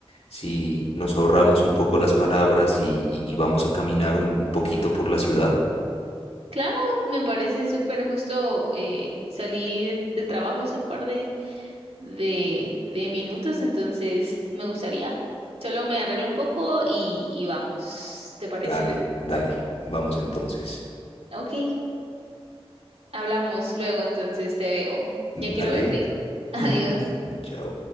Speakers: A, on the left (about 80°); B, on the right (about 80°).
A: si nos ahorramos un poco las palabras y, y- y vamos a caminar un, un poquito por la ciudad?
B: Claro, me parece súper justo. eh, salí de- del trabajo hace un par de, de, de minutos, entonces me gustaría. Solo me arreglo un poco y, y vamos, ¿te parece?
A: Dale, dale, vamos entonces.
B: Ok, hablamos luego, entonces te veo. Ya quiero
A: Dale.
B: verte. <laughs> Adiós.
A: Mm, chao.